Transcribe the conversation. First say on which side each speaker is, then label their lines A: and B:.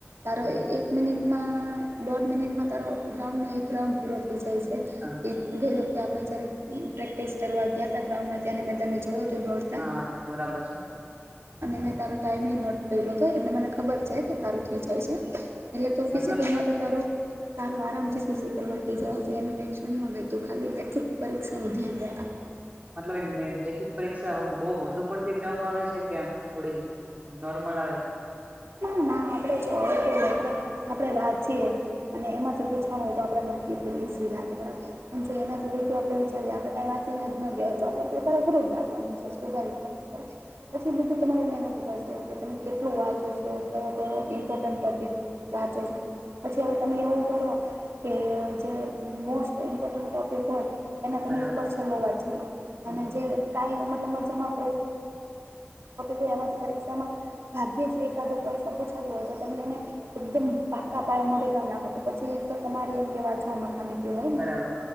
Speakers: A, on the right; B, on the right.
A: તારો
B: હમ
A: એક મિનિટમાં દોઢ મિનિટમાં તારો ગ્રાઉન્ડનો એક રાઉન્ડ પૂરો થઈ જાય છે.
B: <unintelligible>
A: ગઈ વખતે આપણે જયારે પ્રેક્ટિસ કરવા ગયા હતા ગ્રાઉન્ડમાં ત્યારે મેં તને જોયો તો દોડ
B: હા આતો બરાબર છે.
A: અને મેં તારો ટાઈમિ નોટ કર્યો હતો એટલે મને ખબર છે. કે તારું થઈ જાય છે. એટલે ટોકી
B: મતલબ
A: સીજ મા તો તારું તારું આરામથી ફિઝિકલ માં થઈ <unintelligible> એનો ટેન્શન ન લેતું ખાલી લેખિત પરીક્ષા નું ધ્યાન દેવા
B: મતલબ એમ લેખિક પરીક્ષા બો વધું પડતી ટફ આવે છે. કેમ થોડી નોર્મલ આવે છે.
A: ના ના આપણેે જો <unintelligible> કે આપણેે વાંચીએ. અને એમાંથી પૂછવાનું હોય તો આપણે નક્કીએ પણ ઇઝી લાગે બરાબર. પણ જો એનાથી હોલ તો આપણે વિચારીએ આપણે કાઈ તો આપણે પેપર અઘરું લાગવાનું છે. સ્વભાવિક <unintelligible> તમારી મહેનત કરશે. કે તમે કેટલો વાંચો છો કયો કયો ઇમ્પોર્ટન્ટ ટોપિક વાંચો છો પછી અવે તમે એવું કરો કે જે મોસ્ટ ઇમ્પોર્ટન્ટ ટોપિક હોય એના તમે
B: બરાબર
A: ઉપર છેલ્લો વાંચી લો અને
B: હમ
A: જે આઈ મતલબ જેમાં જે એમાંથી પરીક્ષા તેમાં ભાગ્યે છે <unintelligible> પ્રશ્નો પૂછાતતો હોય તો તમને એને એકદમ પાકા પાાયે મોઢે પણ નાખો તો પછી તો તમારી એમ કે વાચવામાં ખામી- કહેવાય ને
B: બરાબર.